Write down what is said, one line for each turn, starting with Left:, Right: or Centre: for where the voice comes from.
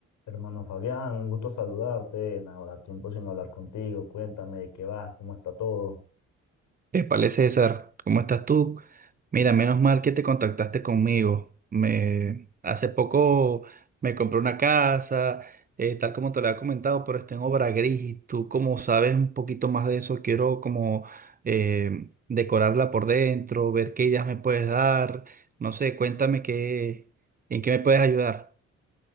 Left: Hermano Fabián, un gusto saludarte. Ahora tiempo sin hablar contigo. Cuéntame de qué vas, cómo está todo.
Right: Épale, César, ¿cómo estás tú? Mira, menos mal que te contactaste conmigo. Me, hace poco me compré una casa, eh, tal como te lo había comentado, pero está en obra gris. y Tú, como sabes un poquito más de eso, quiero como eh, decorarla por dentro, ver qué ideas me puedes dar. No sé, cuéntame qué, en qué me puedes ayudar.